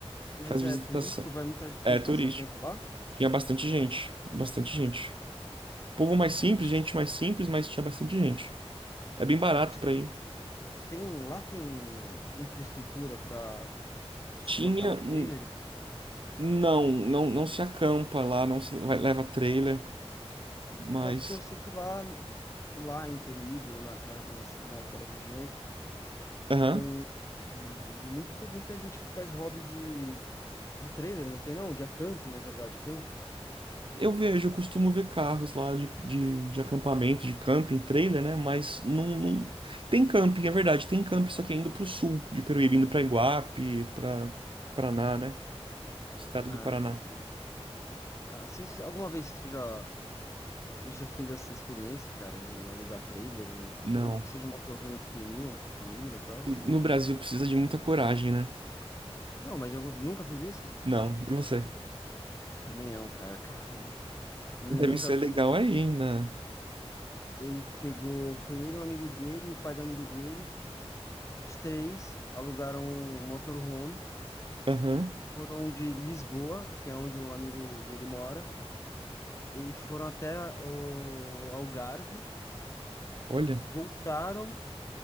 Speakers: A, on the left (about 25°); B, on the right (about 55°).
A: Mas
B: faz visitação.
A: é turístico, vai muita gente
B: É turístico.
A: passar tempo lá?
B: Tinha bastante gente, bastante gente. Povo mais simples,
A: É, de-
B: gente mais simples, mas tinha bastante gente. É bem barato
A: mas
B: pra
A: é-
B: ir.
A: tem, lá tem infraestrutura para suportar
B: Tinha.
A: um
B: hum,
A: trailer?
B: Não, não, não se acampa lá, não se vai- leva trailer, mas.
A: Mas Porque eu sei que lá, lá em Peruíbe ou naquela, nas, naquelas regiões
B: Aham.
A: tem muito, muita gente que faz hobby de, de trailer, não tem não? De camping, na verdade, camping.
B: Eu vejo, eu costumo ver carros lá de, de, de acampamento, de camping, trailer, né? Mas não, não. Tem camping, é verdade, tem camping, só que é indo pro sul de Peruíbe, indo pra Iguape, pra Paraná, né? Estado
A: Ah,
B: do Paraná.
A: entendi. Cara, você, você- alguma vez tu já, tu já fez essa experiência, cara, de alugar trailer ou,
B: Não.
A: ou que seja um motorhome pequenininho com a família e tal? Não.
B: No Brasil precisa de muita coragem, né?
A: Não, mas eu nunca fiz isso?
B: Não. E você?
A: Também não, cara. Caralho. O meu
B: Deve
A: irmão
B: ser
A: já fez
B: legal
A: isso.
B: aí, né?
A: Ele pegou, foi ele, um amigo dele, o pai do amigo dele. Os três alugaram um motorhome
B: Aham.
A: e f- foram de Lisboa, que é onde um amigo dele mora, e foram até o Algarve,
B: Olha,
A: voltaram